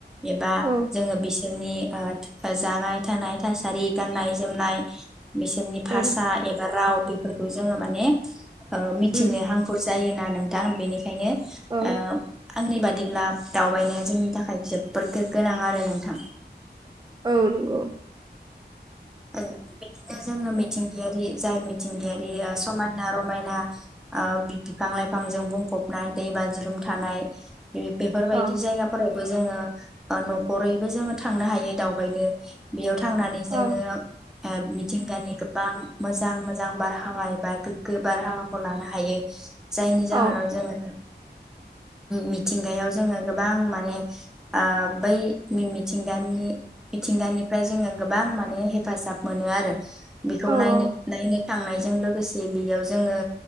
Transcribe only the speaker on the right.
औ
उम
उम
औ
औ नोंगौ।
औ
औ
औ
औ
औ